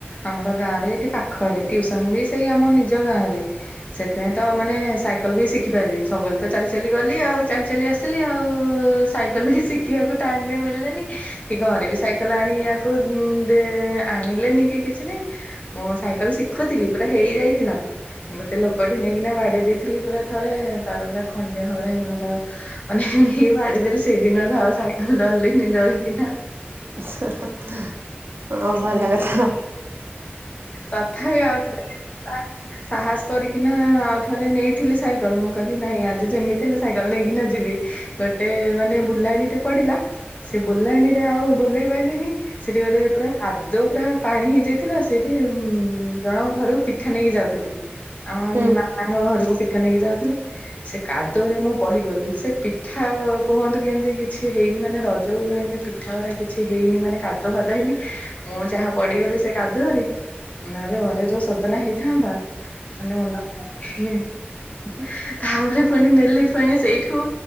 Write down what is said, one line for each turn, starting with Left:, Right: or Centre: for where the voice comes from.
Left: ଆମର ଗାଁରେ ଏଠି ପାଖରେ ଟ୍ୟୁସନ ବି ସେଇ ଆମ ନିଜ ଗାଁରେ ସେଥିପାଇଁ ତ ମାନେ ସାଇକେଲ ବି ଶିଖି ପାରଲିିନି ସବୁବେଳେ ତ ଚାଲି ଚାଲି ଗଲି ଆଉ। ଚାଲି ଚାଲି ଆସିଲି ଆଉ ସାଇକେଲ ବି ଶିଖିବାକୁ ଟାଇମ୍ ବି ମିଳିଲାନି କି ଘରେ ବି ସାଇକେଲ ଆଣିଆ ତୁ ଦେ ଆଣିଲେନି କି କିଛି ନାଇଁ ମୁଁ ସାଇକେଲ ଶି ଦେଖୁଥିଲି ପୁରା ହେଇଯାଇଥିଲା। <unintelligible> <unintelligible> ଲୋକଟି ନେଇକିନା ବାଡେଇ ଦେଇଥିଲି ପୁରା ଥରେ ତାର ପୁରା ଖଣ୍ଡିଆ ଖବରା ହେଇଗଲା। ତା ମାନେ ନେଇ ବାଡିଦେଲି ସେଇ ଦିନଠୁ ଆଉ ସାଇକେଲ ଡରଲିନି ଡରିକିନା।
Right: <unintelligible> ହଁ ଭଲ
Left: ମାନେ
Right: କଥା
Left: ତଥାପି ଆଉ <unintelligible> ସାହସ କରିକିନା ଆଉ ଥରେ ନେଇଥିଲି ସାଇକଲ, ମୁଁ କାଲି ନାଇଁ ଆ ଜି ଯେମିତି ହେଲେ ସାଇକେଲ ନେଇକିନା ଯିବି। ଗୋଟେ ମାନେ ବୁଲାଣ ଟେ ପଡିଲା, ସେ ବୁଲାଣୀରେ ଆଉ ବୁଲେଇ ପାରଲିନି, ସେଠି ଗେଟ ପୁରା ଖାଦୁ ଦ ପୁରା ପାଣି ହେଇଯାଇଥିଲା ସେଇଠି ଉଁ ଜଣଙ୍କ ଘରକୁ ପିଠା ନେଇକି ଯାଉଥିଲି। ଆମ
Right: ହୁଁ
Left: <unintelligible> ଘରକୁ ପିଠା ନେଇକି ଯାଉଥିଲି ସେ କାଦୁଅରେ ମୁଁ ପଡିଗଲି। ସେ ପି ପିଠା କୁହନ୍ତୁ କେମିତି କିଛି ହେଇନି, ମାନେ ରଜକୁ କେମିତି ପିଠା ଗରା କିଛି ହେଇନି, ମାନେ କା ଦ ହେଇନି, ମୁଁ ଯାହା ପଡିଗଲି ସେ କାଦୁରେ, ନହେଲେ ଘରେ ଯୋଉ ସୋ ସଦନା ହେଇଥାନ୍ତା। <unintelligible> ତାପରେ ପୁଣି ନେଲି ପୁଣି ସେଇଠୁ